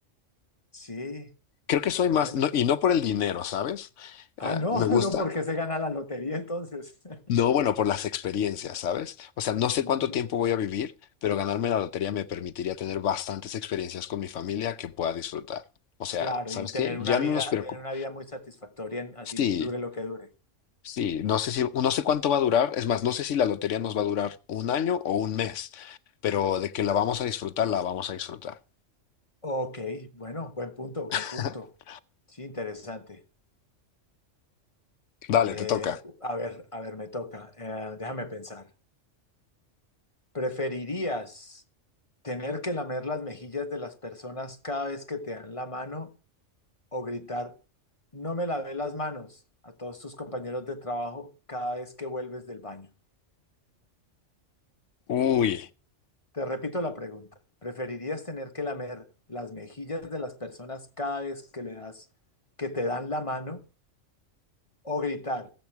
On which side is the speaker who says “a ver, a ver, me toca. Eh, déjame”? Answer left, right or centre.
Left